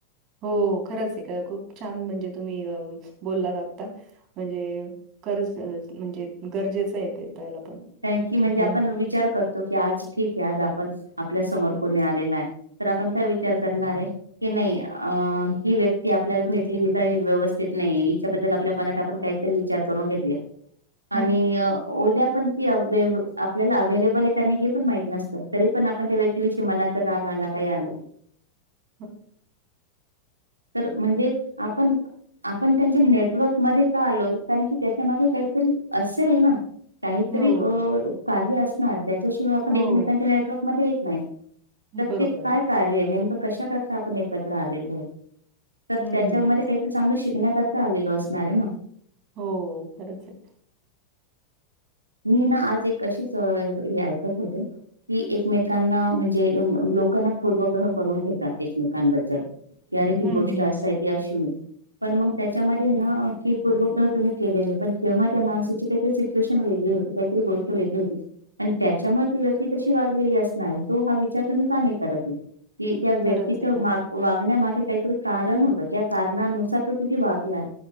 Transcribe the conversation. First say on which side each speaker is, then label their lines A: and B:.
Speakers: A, on the right (about 35°); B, on the right (about 85°).
A: हो खरंच ये का खूप छान म्हणजे तुम्ही अ बोललात आता. म्हणजे खरच म म्हणजे गरजेचं हाय ते त्याला पण
B: कारन की म्हणजे
A: हं,
B: आपण विचार करतो की, आज ठीक आहे. आज आपण आपल्या समोर कोणी आलेल नाही. तर आपण काय विचार करणार ये की नाही अ ही व्यक्ती आपल्याला भेटली हि काय व्यवस्थित नाही, हिच्याबद्दल आपल्या मनात आपण काही तर विचार करून घेतले.
A: <inaudible>
B: आणि उद्या पण ती अव्हेव आपल्याला अव्हेलेबल आहे का नाही हे पण माहित नसतं. तरी पण आपण त्या व्यक्तीविषयी मनात राग आला काही आला
A: <inaudible>
B: तर म्हणजे आपण आपण त्यांच्या नेटवर्क मध्ये का आलोय? कारण की त्याच्या मागे काहीतरी असेल ना? तरी
A: हो,
B: अ कार्य असणार त्याच्याशिवाय आपण
A: हो.
B: एकमेकांच्या नेटवर्कमध्ये येत नाही. तर
A: बरोबर.
B: ते काय कार्य हाय, नेमकं कशा करता आपण एकत्र आलेलो हाय, तर
A: हं.
B: त्याच्यामध्ये काही चांगलं शिकण्याकरता आलेलो असणार आहे ना.
A: हो खरंच ये.
B: मी ना, आज एक अशीच हे ऐकत होते. की एकमेकांना म्हणजे लोक ना पूर्वग्रह करून घेतात एकमेकांबद्दल. की आरे ही
A: हं,
B: गोष्ट आस हाय ती अशी ये. पण मग त्याच्यामध्ये ना की, पूर्वग्रह तुम्ही केलेले पण तेव्हा त्या माणसाचे काही सिच्युएशन होईल. हे होती काहीतरी गोष्ट वेगळी होती आणि त्याच्यामुळे ती व्यक्ती तशी वागलेली असणार तो हा वि चार तुम्ही का नाही करत ये. त्या व्यक्तीच्या
A: खरंच आहे, खरंच.
B: वाग वागण्यामागे काहीतरी कारण होत, त्या कारणानुसार तो तिथे वागला,